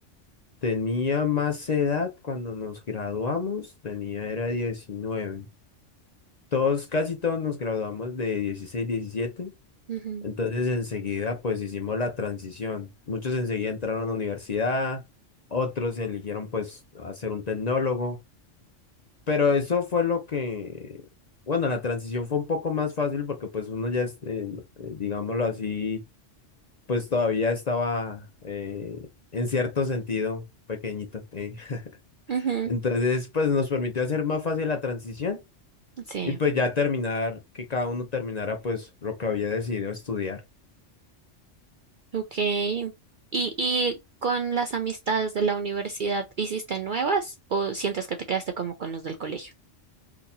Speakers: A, on the left (about 45°); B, on the right (about 60°).
A: tenía más edad cuando nos graduamos, tenía, era 19. Todos, casi todos nos graduamos de 16 17.
B: Ujú,
A: Entonces enseguida pues hicimos la transición. Muchos enseguida entraron a la universidad, otros eligieron pues hacer un tecnólogo, pero eso fue lo que, bueno, la transición fue un poco más fácil porque pues uno ya, es, eh, digámoslo así, pues todavía estaba eh, en cierto sentido pequeñito. eh. <laughs>
B: ujú,
A: Entonces pues nos permitió hacer más fácil la transición
B: Sí,
A: y pues ya terminar, que cada uno terminara pues lo que había decidido estudiar.
B: ok. ¿Y, y con las amistades de la universidad, hiciste nuevas o sientes que te quedaste como con los del colegio?